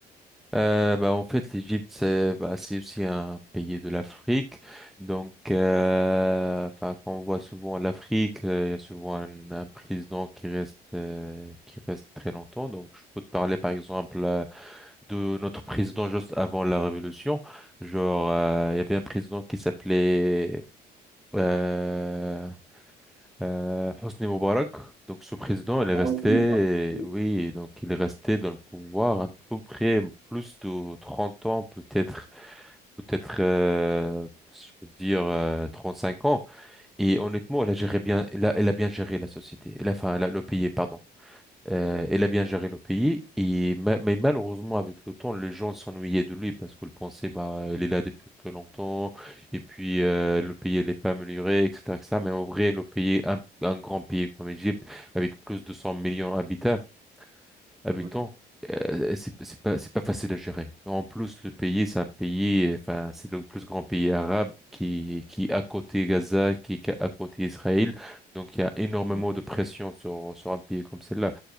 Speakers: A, in the centre; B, on the right.
A: Euh, bah, en fait, l'Égypte, c'est bah, c'est aussi un pays de l'Afrique. Donc, euh, enfin, quand on voit souvent l'Afrique, euh, il y a souvent un, un président qui reste, euh, qui reste très longtemps. Donc, je peux te parler, par exemple, euh, de notre président juste avant la Révolution. Genre, euh, il y avait un président qui s'appelait... euh, Euh, Hosni Moubarak, donc ce président, il est
B: Ah,
A: resté,
B: oui, oui,
A: oui, donc il est resté dans le pouvoir à peu près plus de 30 ans, peut-être, peut-être, euh, je peux dire euh, cinq ans. Et honnêtement, elle a géré bien, elle a, elle a bien géré la société, elle a- enfin la- le pays, pardon. Euh, elle a bien géré le pays et ma- mais malheureusement avec le temps les gens s'ennuyaient de lui parce qu'ils pensaient bah elle est là depuis très longtemps et puis euh, le pays elle est pas amélioré etc etc mais en vrai le pays un, un grand pays comme l'Égypte avec plus de 100 millions d'habitants habitants
B: oui,
A: euh, c'est c'est pas c'est pas facile à gérer en plus le pays c'est un pays enfin c'est le plus grand pays arabe qui qui est à côté Gaza qui est à côté Israël donc il y a énormément
B: oui.
A: de pression sur sur un pays comme celle-là